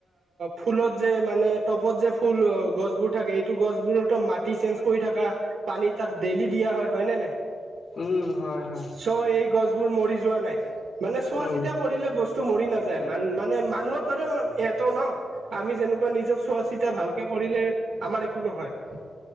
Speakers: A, on the right; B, on the left.
A: ফুলত যে মানে টপত যে ফুল গছবোৰ থাকে এইটো গছবোৰতো মাত চেঞ্জ কৰি থকা, পানী তাত ডেইলি দিয়া হয় নে নাই। চ',
B: উম হয় হয়
A: এই গছবোৰ মৰি যোৱা নাই, মানে চোৱা
B: উম
A: চিতা কৰিলে বস্তু মৰি নাযায়, মানে মানুহৰ দৰে সিঁহতটো ন আমি যেনেকুৱা নিজক তেতিয়া ভালকে কৰিলে, আমাৰ একো নহয়। চ',